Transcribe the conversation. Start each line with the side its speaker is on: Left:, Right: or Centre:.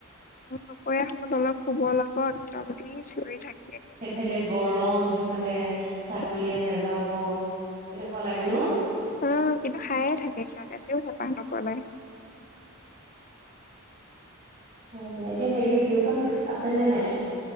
Left: দুপৰীয়া সময়ত অলপ শুব লগ জলদি চিঞৰি থাকে।
Right: সেইফালে গৰম, সেইফালে ছাগলীয়ে
Left: উম
Right: বেবাব। কেনেকুৱা লাগে ন?
Left: অ কিবা খাই এ থাকে সিহঁতে তেওঁ হেঁপাহ নপলাই।
Right: হয় দিয়া এতিয়া হেৰি টিউচন আছে নে নাই?